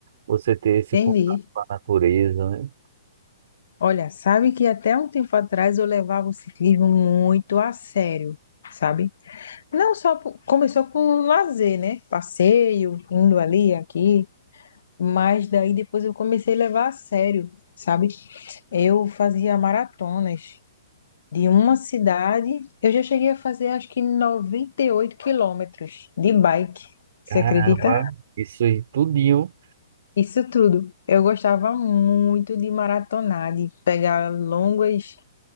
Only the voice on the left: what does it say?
Entendi.
Olha, sabe que até um tempo atrás eu levava o ciclismo muito a sério, sabe? Não só por- começou com lazer, né? Passeio, indo ali, aqui, mas daí depois eu comecei a levar a sério, sabe? Eu fazia maratonas de uma cidade. Eu já cheguei a fazer acho que 98 quilômetros de bike. Você
acredita?
Isso tudo. Eu gostava muito de maratonar, de pegar longas,